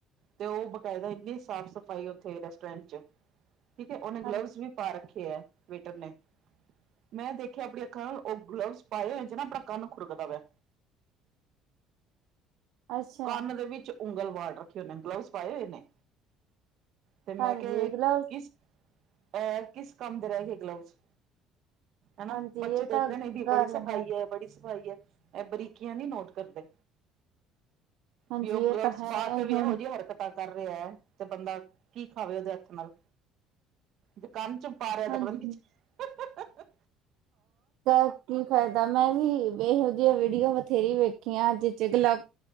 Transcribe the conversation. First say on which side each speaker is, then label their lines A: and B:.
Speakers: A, on the right; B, on the right.
A: ਤੇ ਉਹ ਬਕਾਇਦਾ ਇੰਨੀ ਸਾਫ਼- ਸਫਾਈ ਉਥੇ ਰੈਸਟੋਰੈਂਟ ਚ। ਠੀਕ ਏ ਉਹਨੇ ਗਲਵਜ਼
B: ਹਾਂ
A: ਵੀ ਪਾ ਰੱਖੇ ੲ ਵੇਟਰ ਨੇ। ਮੈਂ ਦੇਖਿਆ ਆਪਣੀ ਅੱਖਾਂ ਨਾਲ ਉਹ ਗਲਵਸ ਪਾਏ ਹੋਏ ਚ ਨਾ ਆਪਨਾ ਕੰਨ ਖੁੁਰਕਦਾ ਪਿਆ।
B: ਅੱਛਾ
A: ਕੰਨ ਦੇ ਵਿੱਚ ਉਂਗਲ ਵਾੜ ਰੱਖੀ ਉਹਨੇ ਗਲਵਜ਼ ਪਾਏ ਹੋਏ ਨੇ। ਤੇ ਮੈਂ
B: ਹਾਂਜੀ
A: ਕਿਹਾ ਏ
B: ਗਲਵਸ
A: ਕਿਸ ਅ ਕਿਸ ਕੰਮ ਦੇ ਰਹਿ ਗਏ ਗਲਵਜ਼। ਹਨਾ,
B: ਹਾਂਜੀ
A: ਬੱਚੇ
B: ਇਹ
A: ਦੇਖਦੇ
B: ਤਾਂ
A: ਨੇ ਵੀ
B: ਗੱਲ
A: ਬੜੀ ਸਫ਼ਾਈ
B: ਗਲਤ
A: ਏ ਬੜੀ ਸਫ਼ਾਈ ਏ ਇਹ ਬਰੀਕੀਆਂ ਨੀ ਨੋਟ ਕਰਦੇ।
B: ਹਾਂਜੀ
A: ਵੀ ਉਹ
B: ਇਹ
A: ਗਲਵਸ
B: ਤਾਂ ਹੈ
A: ਪਾ ਕੇ ਵੀ
B: ਹੁਣ
A: ਏਹੋ ਜੀ ਹਰਕਤਾਂ ਕਰ ਰਿਹਾ ਏ, ਤੇ ਬੰਦਾ ਕੀ ਖਾਵੇ ਉਹਦੇ ਹੱਥ ਨਾਲ। ਜੇ ਕੰਨ ਚ ਪਾ ਰਿਹਾ ਤੇ
B: ਹਾਂਜੀ
A: ਪਤਾ ਨੀ ਕਿਥੇ
B: ਤਾਂ ਕੀ ਫ਼ਾਇਦਾ, ਮੈਂ ਵੀ ਇਹੋ ਜਿਹੀਆਂ ਵੀਡੀਓ ਬਥੇਰੀ ਵੇਖੀਆਂ ਹਥ ਚੇ ਗਲਵਜ